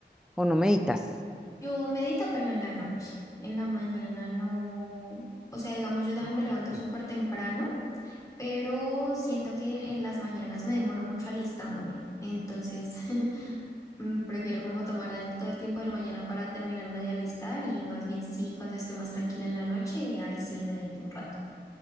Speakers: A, in the centre; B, on the left.
A: o no meditas?
B: Yo medito, pero en la noche. En la mañana no. O sea, digamos, yo también
A: Ah,
B: me levanto
A: ok.
B: súper temprano, pero siento que en las mañanas me demoro mucho alistándome. Entonces, <laughs> mm, prefiero como tomar el- todo el tiempo de la mañana para terminarme de alistar y más bien sí, cuando esté más tranquila en la noche, ahí sí medito un rato.